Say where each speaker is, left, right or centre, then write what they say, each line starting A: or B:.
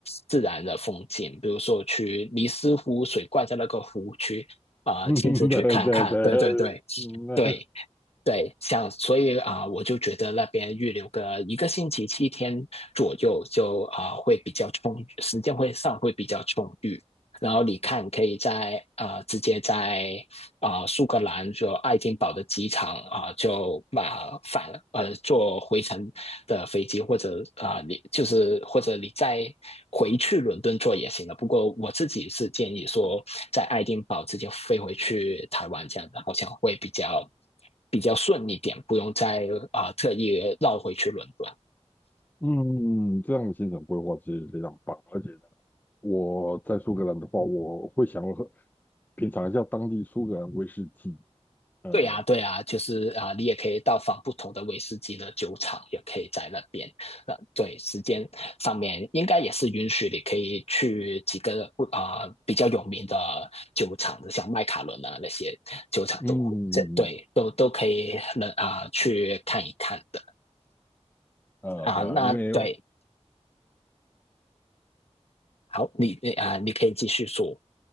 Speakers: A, on the left; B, on the left.
A: 自然的风景，比如说去尼斯湖水怪在那个湖区啊、
B: <laughs>
A: 呃亲自去看看。
B: 嗯，嗯 <laughs> 对对对，
A: 对对对，
B: 嗯，那
A: 对对，像所以啊、我就觉得那边预留个一个星期七天左右就啊、会比较充裕，时间会上会比较充裕。然后你看，可以在啊直接在啊、呃苏格兰就爱丁堡的机场啊、呃就把返呃坐回程的飞机，或者啊呃你就是或者你再回去伦敦坐也行的。不过我自己是建议说，在爱丁堡直接飞回去台湾这样的，好像会比较比较顺一点，不用再啊呃特意绕回去伦敦。
B: 嗯，这样的行程规划其实非常棒，而且呢，我在苏格兰的话，我会想要喝品尝一下当地苏格兰威士忌。呃，
A: 对呀，对呀，就是啊，你也可以到访不同的威士忌的酒厂，也可以在那边。那对时间上面应该也是允许你可以去几个不啊、比较有名的酒厂，像麦卡伦啊那些酒厂都这对都都可以能啊、
B: 嗯，
A: 去看一看的
B: 呃，
A: 啊。
B: 对啊，
A: 那对，
B: 因为
A: 好，你你啊、你可以继续说。